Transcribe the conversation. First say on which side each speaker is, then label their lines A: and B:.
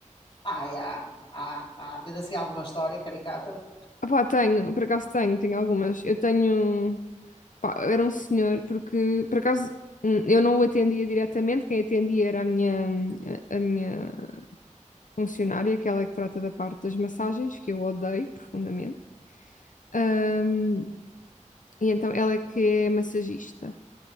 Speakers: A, on the left; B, on the left.
A: ai, ah, ah, ah, tens assim alguma história caricata?
B: Ah, pá, tenho, por acaso tenho, tenho algumas. Eu tenho Pá, era um senhor, porque por acaso hum, eu não o atendia diretamente, quem atendia era a minha, a a minha funcionária, que aquela que trata da parte das massagens, que eu odeio profundamente. Hum, e então ela é que é massagista.